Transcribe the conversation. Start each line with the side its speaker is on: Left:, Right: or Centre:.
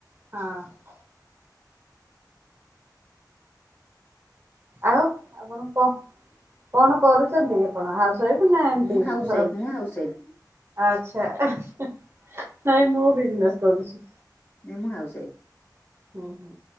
Right: ହଁ। ଆଉ ଆଉ କଣ କହ, କଣ କରୁଛନ୍ତି ଆପଣ ହାଉସୱାଇଫ୍ ନା ଏମତି
Left: ମୁଁ ହାଉସ
Right: ମର
Left: ୱାଇଫ ମୁଁ ହାଉସ ୱାଇଫ।
Right: ଆଛା, ଏ ନାଇଁ ମୁଁ ବିଜନେସ୍ କରୁଛି।
Left: ନାଇଁ ମୁଁ ହାଉସୱାଇଫ୍।
Right: ହଁ ହଁ।